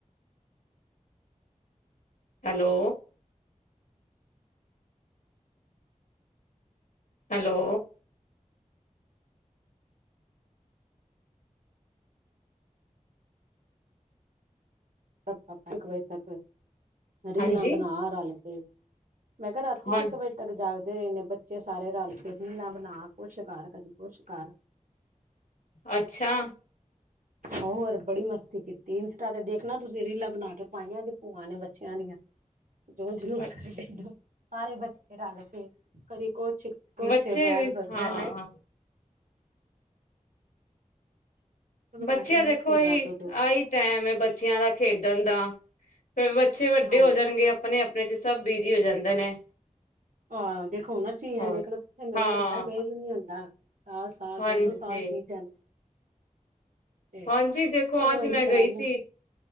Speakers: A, on the left (about 80°); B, on the right (about 80°).
A: ਹੈਲੋ ਹੈਲੋ
B: ਸ ਇੱਕ ਵਜੇ ਤੱਕ <unintelligible> ਰੀਲਾ
A: ਹਾਂਜੀ
B: ਬਣਾ ਇ ਮੈਂ ਕਿਹਾ, ਰਾਤੀ
A: ਹਾਂ
B: ਇੱਕ ਇੱਕ ਵਜੇ ਤੱਕ ਜਾਗ ਦੇ ਰਹੇ ਨੇ ਬੱਚੇ ਸਾਰੇ ਰਲ ਕੇਨਾ ਬਣਾ, ਕੁਛ ਕਰ ਕਦੀ ਕੁਛ ਕਰ।
A: ਅੱਛਾ।
B: ਹੋਰ ਬੜੀ ਮਸਤੀ ਕੀਤੀ, ਇੰਸਟਾ ਤੇ ਦੇਖਣਾ ਤੁਸੀਂ ਰੀਲਾਂ ਬਣਾ ਕੇ ਪਾਈਆਂ, ਭੂਆਂ ਨੇ ਬੱਚਿਆਂ ਦੀਆਂ। ਜੋ ਜੁਲੂਸ
A: ਅੱਛਾ
B: ਕੱਢਿਆਂ ਸਾਰੇ ਬੱਚੇ ਰਲ, ਕੇਏ ਕਦੀ ਕੁਛ ਕੁਛ
A: ਬੱਚੇ
B: ਮੈਂ
A: ਵੀ
B: ਤਾਂ ਸਗੋਂ
A: ਹਾਂ
B: ਕਿਹਾ ਮੈਂ ਚਲੋ
A: ਬੱਚਿਆਂ
B: ਮੈਂ ਕਿਹਾ
A: ਦੇਖੋ,
B: ਮਸਤੀ
A: ਇਹਸੀ
B: ਕਰ ਲੋ ਦੋ
A: ਆਹੀ ਟੈਮ ਐ, ਬੱਚਿਆਂ ਦਾ ਖੇਡਣ ਦਾ। ਫੇਰ ਬੱਚੇ ਵੱਡੇ
B: ਹਾਂ
A: ਹੋ ਜਾਣਗੇ, ਆਪਣੇ ਆਪ ਆਪਣੇ ਚ ਸਭ ਬਿਜੀ ਹੋ ਜਾਂਦੇ ਨੇ।
B: ਆਹੋ ਦੇਖੋ ਹੁਣ ਅਸੀਂ
A: ਹੋਰ
B: ਦੇਖਲਓ, ਕਿੱਥੇ ਮੇਲ
A: ਹਾਂ
B: ਹੁੰਦਾ, ਮੇਲ ਨੀ ਹੁੰਦਾ। ਸਾਲ ਸਾਲ
A: ਹਾਂਜੀ
B: ਦੋ ਦੋ ਸਾਲ ਬੀਤ ਜਾਂਦੇ ਤੇ
A: ਹਾਂਜੀ ਦੇਖੋ
B: ਚਲੋ
A: ਅੱਜ
B: ਇਹੀ
A: ਮੈਂ ਗਈ
B: ਟਾਈਮ
A: ਸੀ
B: ਹੈ